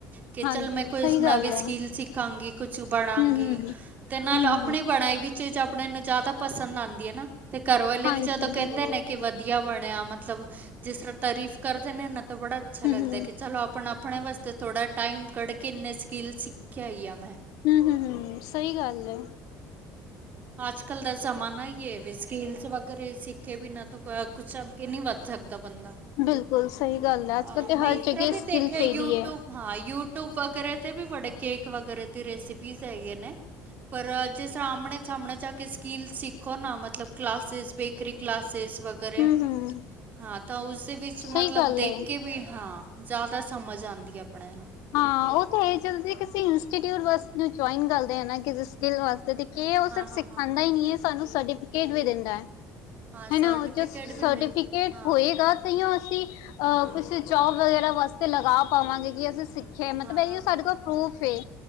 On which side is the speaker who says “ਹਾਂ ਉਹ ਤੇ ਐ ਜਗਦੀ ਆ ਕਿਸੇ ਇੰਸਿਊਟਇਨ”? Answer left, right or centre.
Left